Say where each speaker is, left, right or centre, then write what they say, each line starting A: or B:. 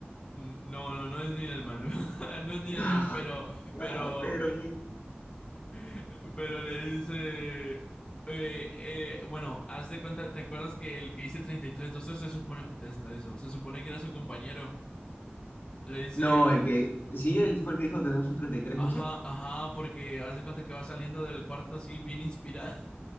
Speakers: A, on the left; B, on the left.
A: N- No, no, no es Nidelman. <laughs> No es Nidelman,
B: <laughs> Ah,
A: pero,
B: ya
A: pero
B: perdí.
A: <laughs> Pero le dice, eh, eh, bueno, haz de cuenta, ¿te acuerdas que el que hice treinta y tres 12 se supone, hasta eso, se supone que era su compañero? Le dice,
B: No, el que. Sí, él fue el que dijo tenemos un 33-12.
A: ajá, ajá, porque haz de cuenta que va saliendo del cuarto así, bien inspirado.